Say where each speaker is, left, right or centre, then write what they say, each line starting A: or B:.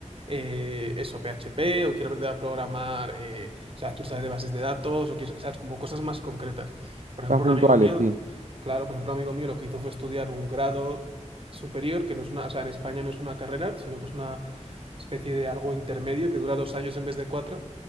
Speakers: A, on the right (about 45°); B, on the right (about 80°).
A: eh, eso, PHP, o quiero aprender a programar, eh, o sea, quiero saber de bases de datos, o quiero, ¿sabes? Como cosas más concretas. Por ejemplo,
B: más puntuales,
A: un amigo mío,
B: sí.
A: claro, por ejemplo, un amigo mío lo que hizo fue estudiar un grado superior, que no es una, o sea, en España no es una carrera, sino que es una especie de algo intermedio que dura dos años en vez de cuatro.